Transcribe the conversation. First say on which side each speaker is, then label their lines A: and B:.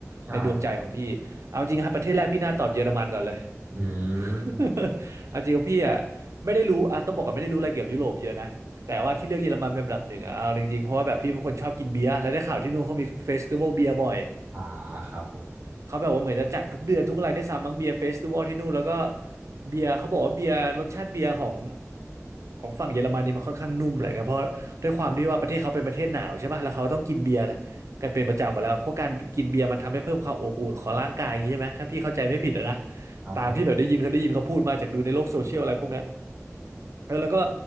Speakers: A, on the right; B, on the right.
A: ใช่ครับ
B: ในดวงใจของพี่เอาจริงครับประเทศแรกพี่น่าตอบเยอรมันก่อนเลย
A: อืม
B: <laughs> เอาจริงว่าพี่อ่ะไม่ได้รู้อ่ะต้องบอกก่อนไม่ได้รู้อะไรเกี่ยวกับยุโรปเยอะนะแต่ว่าที่เลือกเยอรมันเป็นอันดับหนึ่งอ่ะเอาจริงๆเพราะว่าแบบพี่เป็นคนชอบกินเบียร์แล้วได้ข่าวที่นู่นเขามีเฟสติวัลเบียร์บ่อย
A: อ่าครับผม
B: เขาแบบว่าเหมือนจะจัดทุกเดือนทุกอะไรได้วยซ้ำมั้งเบียร์เฟสติวัลที่นู่นแล้วก็เบียร์เขาบอกว่าเบียร์รสชาติเบียร์ของของฝั่งเยอรมันนี่มันค่อนข้างนุ่มอะไรเงี้ยเพราะด้วยความที่ว่าประเทศเขาเป็นประเทศหนาวใช่ป่ะแล้วเขาต้องกินเบียร์กันเป็นประจำหมดแล้วเพราะการกินเบียร์มันทำให้เพิ่มความอบอุ่นของร่างกายอย่างนี้ใช่ไหมถ้าพี่เข้าใจไม่ผิดอะนะ
A: ครับผม
B: ตามที่แบบได้ยินเขาได้ยินเขาพูดมาจากดูในโลกโซเชียลอะไรพวกเนี้ยเออแล้วก็